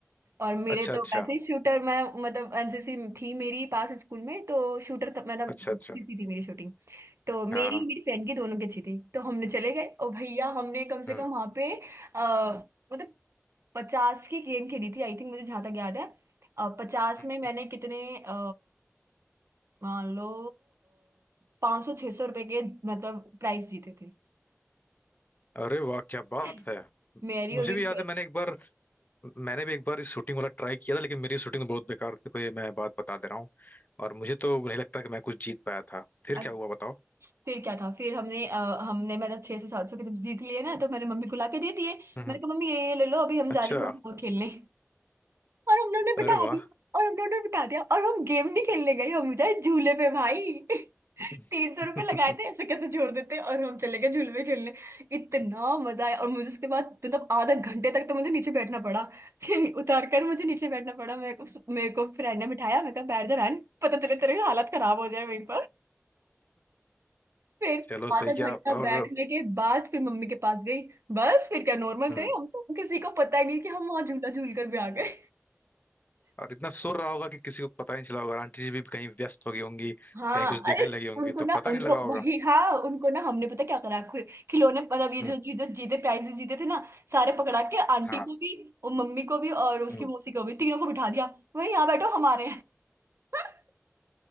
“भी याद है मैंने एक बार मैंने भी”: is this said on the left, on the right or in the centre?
Left